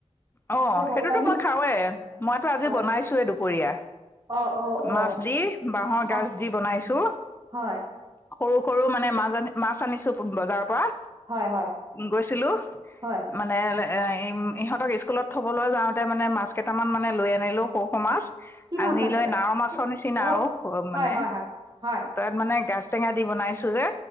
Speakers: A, on the left; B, on the right.
A: অ
B: খাই ভাল
A: সেইটোতো
B: পায়নে?
A: মই খাওৱে। মইতো আজি
B: হয়,
A: বনাইছোৱে দুপৰীয়া।
B: অ', অ', অ',
A: মাছ দি, বাঁহৰ গাজ
B: অ',
A: দি বনাইছো।
B: হয়,
A: সৰু সৰু মানে মাছ আ মাছ আনিছো বজাৰৰ পৰা।
B: হয়, হয়,
A: গৈছিলো।
B: হয়,
A: মানে এ ইহঁতক ইছ স্কুলত থ'বলৈ যাওঁতে মানে মাছ কেইটামান মানে লৈ আনিলোঁ, সৰু সৰু মাছ।
B: কি
A: আনি
B: মাছ আনিলে?
A: লৈ নাৱ মাছৰ
B: কি-
A: নিচিনা
B: অ',
A: আৰু
B: হয়,
A: মানে
B: হয়, হয়, হয়,
A: তাত মানে গাজ টেঙা দি বনাইছো যে।